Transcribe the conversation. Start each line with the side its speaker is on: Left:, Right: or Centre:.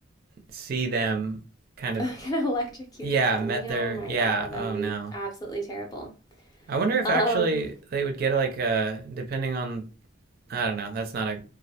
Right: see them
Left: <laughs>
Right: kind of
Left: like an electrocuted
Right: yeah
Left: bunny.
Right: met their
Left: Oh my
Right: yeah
Left: god, that'd
Right: oh
Left: be
Right: no
Left: absolutely terrible.
Right: i wonder if
Left: Um
Right: actually they would get like a depending on i don't know that's not a